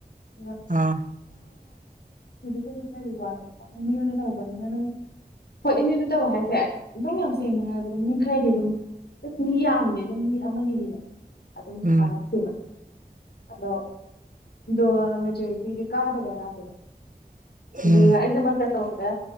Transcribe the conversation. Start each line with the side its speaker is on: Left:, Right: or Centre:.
Left: ꯑꯣ
Right: ꯑꯥ
Left: ꯍꯧꯖꯤꯛꯛꯇ ꯑꯗꯨ ꯋꯥ ꯃꯅꯦꯕꯅꯤꯅ <unintelligible> ꯍꯣꯏ ꯑꯦꯝ ꯌꯨꯗ ꯇꯧꯋꯦ ꯍꯥꯏꯁꯦ ꯑꯗꯨꯝ ꯌꯥꯝ ꯁꯦꯡꯅ ꯍꯥꯏꯔꯕꯗ ꯃꯤ ꯈꯔꯗꯤ ꯑꯗꯨꯝꯁ ꯃꯤ ꯌꯥꯝꯗꯦ ꯑꯗꯨꯝ ꯃꯤ ꯑꯃꯅꯤꯒꯤꯅꯦ ꯑꯗꯨꯝ <unintelligible>
Right: ꯎꯝ
Left: ꯁꯤꯕ ꯑꯗꯣ ꯑꯗꯣ ꯃꯦꯖꯣꯔꯤꯇꯤꯗꯤ ꯀꯥꯗꯕ ꯌꯥꯗꯕ ꯑꯗꯨꯒ
Right: ꯎꯝ
Left: ꯑꯩꯁꯦꯃꯀ ꯇꯧꯕꯗꯦ